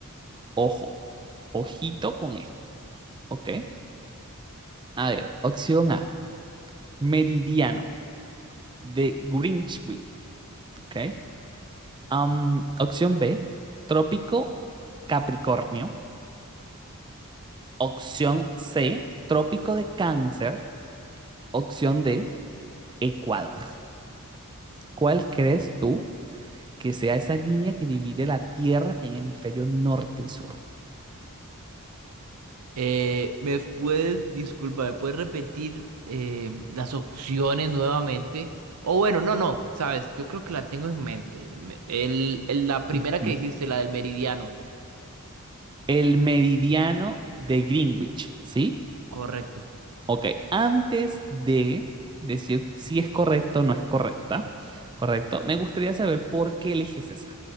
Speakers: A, on the right; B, on the right.
A: Ojo, ojito con esto, ¿ok? A ver, opción A, meridiano de Greenwich, ¿ok? Um, opción B, trópico Capricornio. Opción C, trópico de Cáncer. Opción D, Ecuador. ¿Cuál crees tú que sea esa línea que divide la Tierra en hemisferio norte y sur?
B: Eh, ¿me puedes, disculpa, ¿me puedes repetir eh, las opciones nuevamente? O bueno, no, no, sabes, yo creo que la tengo en mente. Me- El, el- la primera
A: Ujú.
B: que dijiste, la del meridiano,
A: el meridiano de Greenwich, ¿sí?
B: correcto.
A: Ok, antes de decir si es correcto o no es correcta, ¿correcto? Me gustaría saber por qué eliges esa.